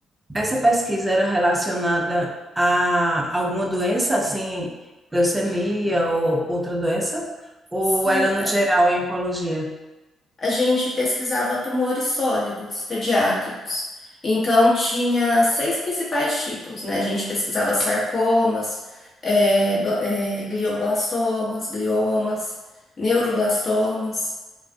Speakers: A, on the right; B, on the left.
A: essa pesquisa era relacionada a alguma doença, assim, leucemia ou outra doença? Ou
B: Sim,
A: era no geral em oncologia?
B: a gente pesquisava tumores sólidos pediátricos. Então, tinha seis principais tipos, né? A gente pesquisava sarcomas, eh, bla- eh, glioblastomas, gliomas, neuroblastomas